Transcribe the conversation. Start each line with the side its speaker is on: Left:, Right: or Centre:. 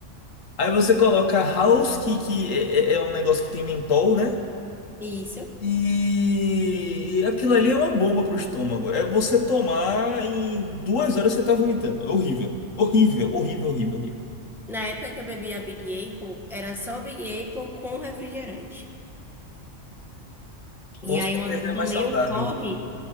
Left: Aí você coloca house, que, que é, é- é um negócio que tem mentol, né?
Centre: Isso.
Left: E aquilo ali é uma bomba pro estômago. É você tomar em duas horas você tá vomitando. É horrível. Horrível, horrível, horrível, horrível.
Centre: Na época que eu bebia Big Apple, era só o Big Apple com refrigerante. E
Left: Com
Centre: aí
Left: certeza
Centre: uma vez eu
Left: é
Centre: tomei
Left: mais saudável.
Centre: um porre,